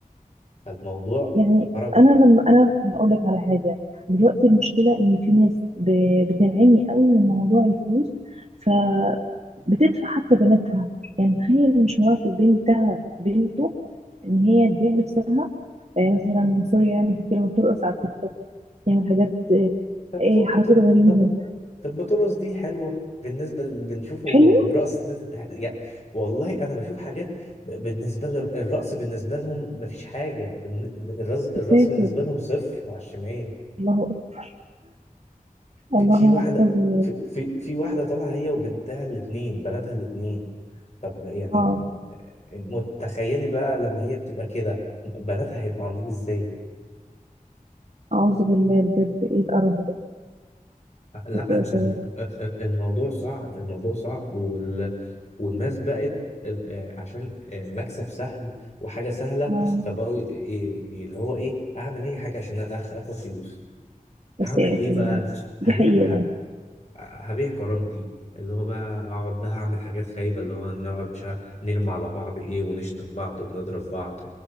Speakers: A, on the left; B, on the right.
A: فالموضوع
B: يعني
A: خرج
B: انا لما انا هقول لك على حاجه دلوقتي المشكله ان في ناس ب- بتنعمي قوي من موضوع الفلوس فبتدفع حتى بناتها يعني تخيل مش مراتب بنتها بنته ان هي تبيع نفسها آه، مثلا سوري يعني في كلمه ترقص على التيك توك تعمل حاجات آه،
A: طب
B: آه،
A: طب,
B: حركات غريبه
A: طب طب بطرس دي حلوه بالنسبه اللي بنشوفه
B: حلو
A: الرقص ده يعني والله انا بشوف حاجات ب- بالنسبه للرقص بالنسبه لهم مفيش حاجه بالن- الرز- الرقص
B: ساتر
A: بالنسبه لهم صفر على الشمال
B: الله أكبر.
A: في,
B: اللهم
A: في واحده
B: احفظنا يا
A: في,
B: رب
A: في, في واحده طالعه هي وبنتها الاثنين بناتها الاثنين طب يعني
B: اه
A: متخيلي بقى لما هي بتبقى كده بناتها هيبقوا عاملين ازاي
B: اعوذ بالله بجد ايه القرف ده
A: لا
B: يا ساتر
A: أنا مش-
B: يا رب
A: الموضوع صعب الموضوع صعب والناس بقت ال- آه، عشان آه، المكسب سهل وحاجة سهلة
B: اه
A: فبقوا ي- ي- اللي هو ايه اعمل اي حاجة عشان أخ- اخد فلوس هعمل
B: يا ساتر
A: ايه بقى
B: يا رب
A: هبيع
B: دي حقيقة
A: هبيع كرامتي اللي هو بقى اقعد بقى اعمل حاجات خايبه اللي هو نقعد مش عارف نرمي على بعض ايه ونشتم بعض ونضرب بعض